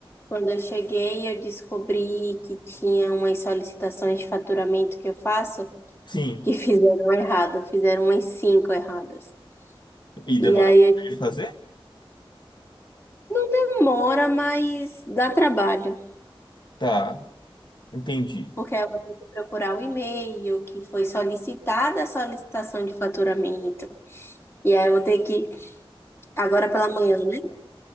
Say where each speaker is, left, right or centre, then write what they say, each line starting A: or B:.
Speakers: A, on the left (about 25°); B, on the left (about 50°).
A: Quando eu cheguei, eu descobri que tinha umas solicitações de faturamento que eu faço
B: Sim.
A: que <laughs> fizeram errado, fizeram umas cinco erradas.
B: E demora
A: E aí
B: muito
A: eu
B: de fazer?
A: demora, mas dá trabalho.
B: Tá, entendi.
A: Porque eu vou ter que procurar o e-mail que foi solicitada a solicitação de faturamento. E aí eu vou ter que Agora pela manhã, né?